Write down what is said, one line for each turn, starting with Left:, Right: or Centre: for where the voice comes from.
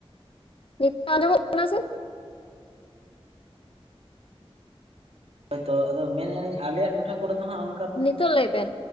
Left: ᱱᱤᱛᱚᱜ ᱟᱸᱡᱚᱢᱚᱜ ᱠᱟᱱᱟ ᱥᱮ
Right: ᱦᱳᱭᱛᱚ ᱟᱫᱚ ᱢᱮᱱᱮᱜ ᱟᱹᱧ ᱟᱞᱮᱭᱟᱜ ᱴᱚᱴᱷᱟ ᱠᱚᱨᱮ ᱫᱚ ᱦᱟᱸᱜ ᱟᱢ
Left: ᱱᱤᱛᱚᱜ ᱞᱟᱹᱭ ᱵᱮᱱ